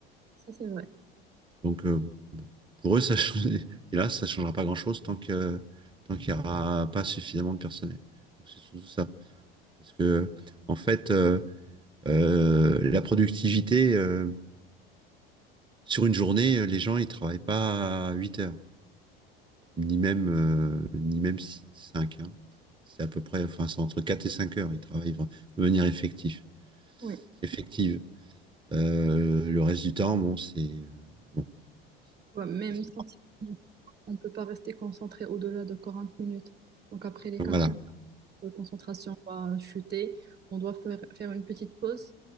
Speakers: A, on the right; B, on the right.
A: Ça, c'est vrai.
B: Donc, euh, pour eux, ça, change- <laughs> hélas, ça changera pas grand-chose tant que, tant qu'il n'y aura pas suffisamment de personnel. Donc, c'est surtout ça. Parce que, en fait, euh, euh, la productivité, euh, sur une journée, euh, les gens, ils travaillent pas 8 heures, ni même, euh, ni même cinq. hein. C'est à peu près, enfin, c'est entre 4 et 5 heures, ils travaillent vra- de manière effective.
A: Oui.
B: effective. Euh, le reste du temps, bon, c'est, euh, bon, c'est-
A: Ouais, même
B: c'est-
A: scientifiquement, on ne peut pas rester concentré au-delà de 40 minutes. Donc, après les
B: voilà.
A: 40 notre concentration va chuter. On doit faire, faire une petite pause